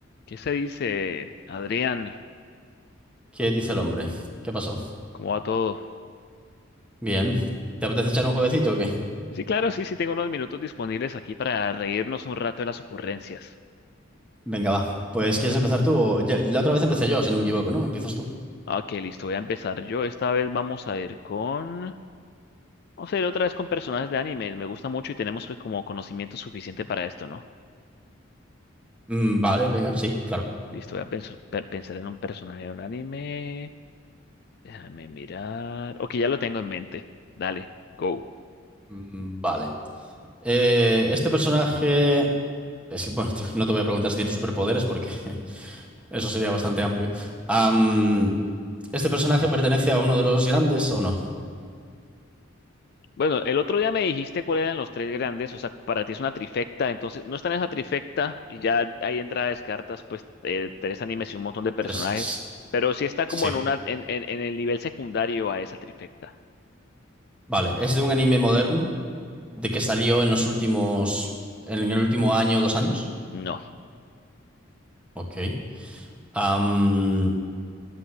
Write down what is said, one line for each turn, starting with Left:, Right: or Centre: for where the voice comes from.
Left: ¿Qué se dice, Adrián?
Centre: ¿Qué dice el hombre? ¿Qué pasó?
Left: ¿Cómo va todo?
Centre: Bien. ¿Te apetece echar un jueguecito o qué?
Left: Sí, claro, sí, sí, tengo unos minutos disponibles aquí para reírnos un rato de las ocurrencias.
Centre: Venga, va. Pues ¿quieres empezar tú? o- ya- la otra vez empecé yo, si no me equivoco, ¿no? Empiezas tú.
Left: Ah, Ok, listo, voy a empezar yo. Esta vez vamos a ir con... Vamos a ir otra vez con personajes de anime. Me gusta mucho y tenemos pues como conocimiento suficiente para esto, ¿no?
Centre: Mm, vale, venga, sí, claro.
Left: Listo, voy a penso- pe- pensar en un personaje de un anime. Déjame mirar. Ok, ya lo tengo en mente. Dale, go.
Centre: Mm, vale. Eh, este personaje... es- bueno, tío, no te voy a preguntar si tiene superpoderes porque <laughs> eso sería bastante amplio. Am, ¿este personaje pertenece a uno de los grandes o no?
Left: Bueno, el otro día me dijiste cuáles eran los tres grandes, o sea, para ti es una trifecta, entonces no está en esa trifecta y ya ahí entra descartas, pues eh, tres animes y un montón de personajes,
Centre: Es- es-
Left: pero sí está como
Centre: sí.
Left: en una en, en, en el nivel secundario a esa trifecta.
Centre: Vale. ¿Es de un anime moderno? ¿De que salió en los últimos... en el último año o dos años?
Left: No,
Centre: Ok. Am,